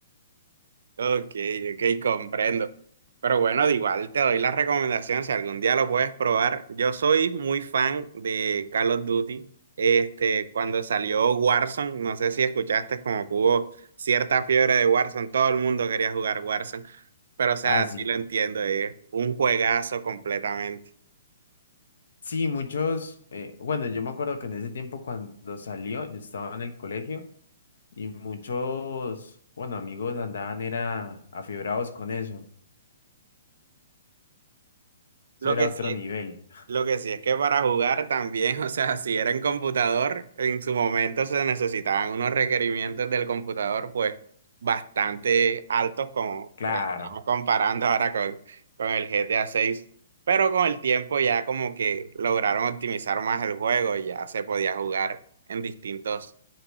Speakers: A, on the right (about 70°); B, on the left (about 75°).
A: Ok, ok, comprendo. Pero bueno, de igual te doy la recomendación si algún día lo puedes probar. Yo soy muy fan de Call of Duty. Este, cuando salió Warzone, no sé si escuchaste como que hubo cierta fiebre de Warzone, todo el mundo quería jugar Warzone. Pero o sea,
B: Ah, sí.
A: sí lo entiendo, es un juegazo completamente.
B: Sí, muchos, eh, bueno, yo me acuerdo que en ese tiempo cuando salió, yo estaba en el colegio y muchos, bueno, amigos andaban era afibrados con eso.
A: Lo
B: Eso era
A: que
B: otro
A: sí
B: nivel.
A: Lo que sí es que para jugar también, <laughs> o sea, si era en computador, en su momento se necesitaban unos requerimientos del computador, pues, bastante altos, como
B: Claro.
A: pues, estamos comparando ahora con, con el GTA 6, pero con el tiempo ya como que lograron optimizar más el juego, y ya se podía jugar en distintos